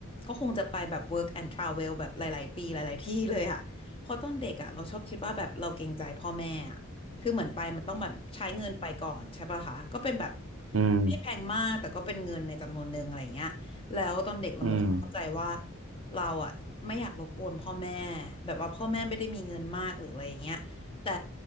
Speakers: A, on the left; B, on the right.
A: ก็คงจะไปแบบ work and travel แบบหลายๆปีหลายๆที่เลยค่ะเพราะตอนเด็กอ่ะเราชอบคิดว่าแบบเราเกรงใจพ่อแม่อะคือเหมือนไปมันต้องแบบใช้เงินไปก่อนใช่ปะคะก็เป็นแบบ
B: อืม
A: ไม่ได้แพงมากแต่ก็เป็นเงินในจำนวนหนึ่งอะไรอย่างเงี้ยแล้วตอนเด็กเรามีความเข้าใจว่า
B: อืม
A: เราอ่ะไม่อยากรบกวนพ่อแม่แบบว่าพ่อแม่ไม่ได้มีเงินมากหรืออะไรอย่างเงี้ย แต่